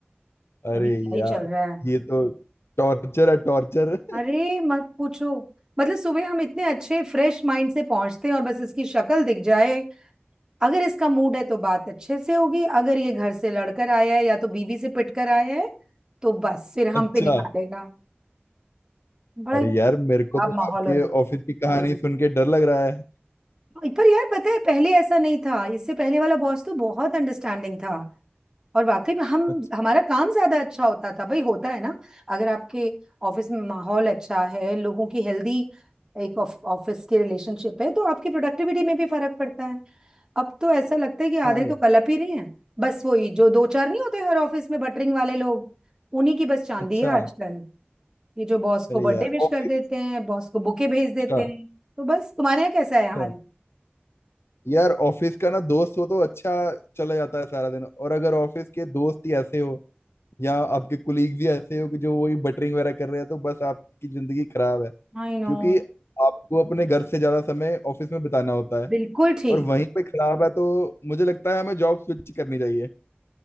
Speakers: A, on the left (about 75°); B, on the right (about 15°).
A: अरे
B: यानी क्या
A: यार
B: ही चल रहा है
A: ये तो टॉर्चर है टॉर्चर <laughs>
B: अरे मत पूछो मतलब सुबह हम इतने अच्छे फ्रेश माइंड से पहुंचते हैं और बस इसकी शक्ल दिख जाए अगर इसका मूड है तो बात अच्छे से होगी अगर ये घर से लड़कर आया है या तो बीवी से पिट कर आया है तो बस फिर
A: अच्छा
B: हम पे निकालेगा बड़ा
A: अरे यार मेरे
B: खराब
A: को तो
B: माहौल
A: आपके
B: हो रहा
A: ऑफिस की कहानी सुन के डर लग रहा है
B: है पर यार पता है पहले ऐसा नहीं था इससे पहले वाला बॉस तो बहुत अंडरस्टैंडिंग था और वाकई में हम
A: अच्छा
B: हमारा काम ज्यादा अच्छा होता था भाई होता है ना अगर आपके ऑफिस में माहौल अच्छा है लोगों की हेल्दी एक ऑफिस की रिलेशनशिप है तो आपकी प्रोडक्टिविटी में भी फर्क पड़ता है अब तो ऐसा लगता है कि
A: हाँ
B: आधे तो
A: यार
B: कलप ही रहे हैं बस वही जो दो चार नहीं होते हर ऑफिस में बटरिंग वाले लोग उन्हीं की बस चांदी
A: अच्छा
B: है आजकल ये जो बॉस
A: अरे
B: को बर्थडे
A: यार
B: विश
A: ऑफिस
B: कर देते हैं बॉस को बुके भेज
A: अच्छा
B: देते हैं तो बस तुम्हारे यहाँ कैसा है
A: अच्छा
B: हाल
A: यार ऑफिस का ना दोस्त हो तो अच्छा चला जाता है सारा दिन और अगर ऑफिस के दोस्त ही ऐसे हो या आपके कुलीग्स ही ऐसे हो कि जो वही बटरिंग वगैरह कर रहे हैं तो बस आपकी जिंदगी खराब है
B: I know
A: क्योंकि आपको अपने घर से ज्यादा समय ऑफिस में बिताना होता है
B: बिल्कुल ठीक
A: और वहीं पे खराब है तो मुझे लगता है हमें जॉब स्विच करनी चाहिए